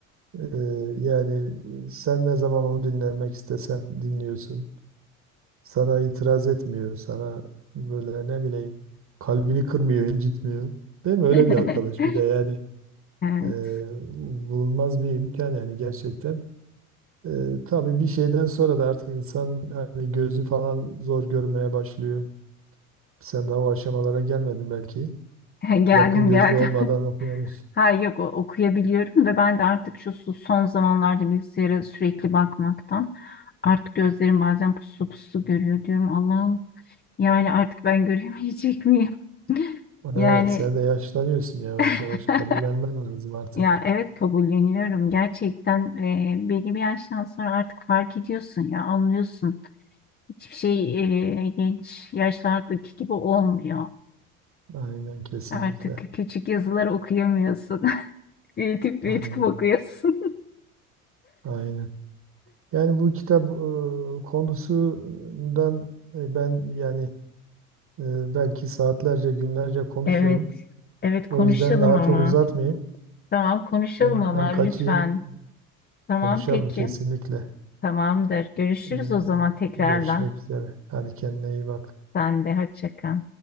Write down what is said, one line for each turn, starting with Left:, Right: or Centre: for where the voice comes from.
Right: Ee, yani sen ne zaman onu dinlemek istesen dinliyorsun. Sana itiraz etmiyor. Sana böyle ne bileyim kalbini kırmıyor, incitmiyor. Değil mi? Öyle
Left: <laughs>
Right: bir arkadaş. Bir de yani
Left: evet.
Right: e, bulunmaz bir imkan yani gerçekten. E, tabii bir şeyden sonra da artık insan hani gözü falan zor görmeye başlıyor. Sen daha o aşamalara gelmedin belki.
Left: <laughs> Geldim
Right: Yakın gözlü
Left: geldim.
Right: olmadan okuyamıyorsun.
Left: Ha yok o- okuyabiliyorum da ben de artık şu su- son zamanlarda bilgisayara sürekli bakmaktan artık gözlerim bazen puslu puslu görüyor diyorum. Allah'ım yani artık ben göremeyecek miyim? <laughs> Yani
Right: Evet, sen de yaşlanıyorsun yavaş
Left: <laughs>
Right: yavaş. Kabullenmen lazım artık.
Left: ya evet kabulleniyorum. Gerçekten e, belli bir yaştan sonra artık fark ediyorsun ya anlıyorsun. Hiçbir şey e, genç yaşlardaki gibi olmuyor.
Right: Aynen kesinlikle.
Left: Artık küçük yazıları okuyamıyorsun. <laughs> Büyütüp büyütüp
Right: Aynen.
Left: okuyorsun.
Right: Aynen. Yani bu kitap e, konusundan e, ben yani e, belki saatlerce, günlerce konuşurum.
Left: Evet. Evet konuşalım
Right: O yüzden daha
Left: ama.
Right: çok uzatmayayım.
Left: Tamam konuşalım
Right: Ben,
Left: ama
Right: ben
Left: lütfen.
Right: kaçayım.
Left: Tamam
Right: Konuşalım
Left: peki.
Right: kesinlikle.
Left: Tamamdır. Görüşürüz
Right: E,
Left: o zaman tekrardan.
Right: görüşmek üzere. Hadi kendine iyi bak.
Left: Sen de hoşça kal.